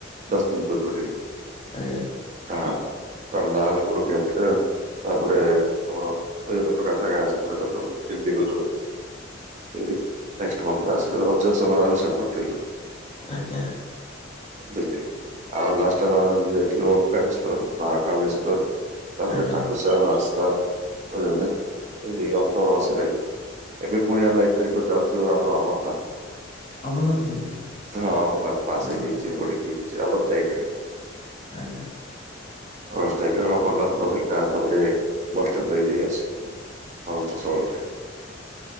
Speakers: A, on the right; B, on the left.
A: ଦଶ ଦିନ ପୂର୍ବଯେ
B: ଆଜ୍ଞା।
A: ହଁ କରନାଲ କୁରୁକ୍ଷେତ୍ର ତାପରେ ଆମର ବିଭିନ୍ନ ପ୍ରକାର ଜାଗା ଅସ ଗୋଟେ ଗଲୁ ଡି ଗଲୁ। ରେ ଆସିଲୁ ରଜ ସମୟରେ ଆମେ ସେପଠଥିଲୁଁ।
B: ଆଜ୍ଞା ଆଜ୍ଞା
A: ଦିଲ୍ଲୀ ଆଉ ଲାଷ୍ଟ ଟାଇମ ଆମେ ଏୁ ଓମ୍କେଶ୍ଵର ମହାକାଳେଶ୍ଵର ତାପରେ
B: ଆଜ୍ଞା
A: ଆସାମ, ରାଜସ୍ଥାନ <unintelligible> ଏଇ ଅକ୍ଟୋବର ମାସ ଯାଇଥିଲୁ। ଏବେ ଫୁଣି ଆମେ ଏକ ତାରିଖରେ ଯାଉଚୁ ଆମର ଅମରନାଥ।
B: ଅମରନାଥ ଯିବେ?
A: ହଁ ହଁ ମନତ ପାସ
B: ହଁ
A: ହେଇ ଯାଇଚି, ବଡିଙ୍ଗ ହେଇ ଯାଇଚି ଅଗଷ୍ଟ ଏକ ରେ।
B: ଆଜ୍ଞା।
A: <unintelligible> ଅମରନାଥ ବଦ୍ରିନାଥ ତାପରେ ବସ୍ ଷ୍ଟପ ଦେଇ ଦେଇ ଆସିବୁ। ସମସ୍ତ ସରେ